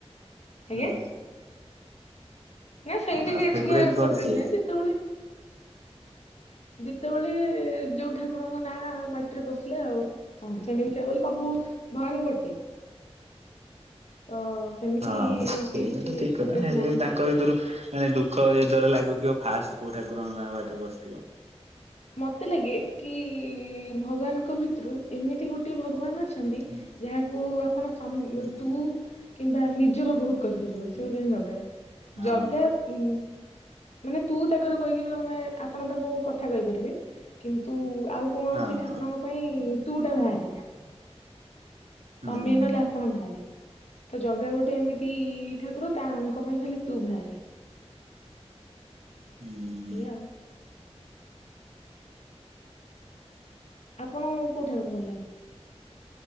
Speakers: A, on the left; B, on the right.
A: ଆଜ୍ଞା
B: ହଁ।
A: ନା ସେମିତି
B: ଆଉ
A: କିଛିବି
B: ଫେବରାଇଟ
A: ଫ୍ରେବୁରାଇଟ୍
B: ଗଡ କିଏ?
A: ନାଇଁ ଯେତେବେଳେ ଯେତେବେଳେ ଯୋଉ ଠାକୁରଙ୍କ ନାଁ ପାଟିରେ ପସିଲା ଆଉ। <unintelligible> ସବୁ ଭଗବାନ୍ ଗୋଟେ। ତ ସେମିତି
B: ହଁ ସେଇଟାତ
A: କେହି କିଛି
B: ଠିକ୍ କଥା
A: ଫେବରେଟ
B: ହେଲେବି
A: ନାହାନ୍ତି
B: ତାଙ୍କ ଭିତରୁ ମାନେ ଦୁଃଖ ଯେତେବେଳେ ଲାଗୁଥିବ ଫାଷ୍ଟ୍ କୋଉ ଠାକୁରଙ୍କନାଁ ପାଟିରେ ପସିଥିବ?
A: ମତେ ଲାଗେକି ଭଗବାନଙ୍କ ଭିତରୁ ଏମିତି ଗୋଟେ ଭଗବାନ୍ ଅଛନ୍ତି
B: ହୁଁ
A: ଯାହାକୁ ଆପଣ ତମେ
B: ହୁଁ
A: ତୁ କିମ୍ବା ନିଜର ବହୁତ୍ କରି ରିୟଲସେଲ୍
B: ହୁଁ।
A: ଜଗା
B: ହଁ
A: ଜଗା ଉ ମାନେ ତୁ ତାଙ୍କର କହିକିବି ଆମେ ଆପଣ ତାଙ୍କୁ କଥା କହି କିନ୍ତୁ ଆଉ କୌଣସି
B: ହଁ ହଁ
A: ଠାକୁରଙ୍କ ପାଇଁ ତୁଟା ବାହାରେନା।
B: ହୁଁ।
A: କମି ଗଲା ଆପଣ ବାହାରେ ତ ଜଗା ଗୋଟେ ଏମିତି ଠାକୁର ତାଙ୍କ ପାଇଁ ଖାଲି ତୁ ବାହାରେ
B: ହୁଁ।
A: ଇୟା ଆଉ ଆପଣଙ୍କୁ କୋଉ ଠାକୁର ଭଲ ଲାଗେ?